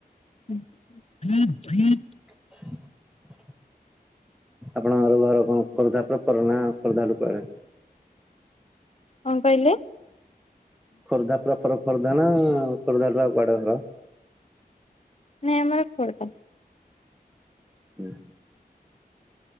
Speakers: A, on the left; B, in the centre.
A: ହ ହଁ ହଁ <unintelligible>
B: <inaudible> ଆପଣଙ୍କର ଘର କଣ ଖୋର୍ଦ୍ଧା ପ୍ରପର ନା ଖୋର୍ଦ୍ଧାରୁ କୁଆଡେ?
A: କଣ କହିଲେ
B: ଖୋର୍ଦ୍ଧା ପ୍ରପର ଖୋର୍ଦ୍ଧା ନା ଖୋର୍ଦ୍ଧାଠୁ ଆଉ କୁଆଡେ ଘର?
A: ନାଇଁ ଆମର ଖୋର୍ଦ୍ଧା।
B: ହୁଁ।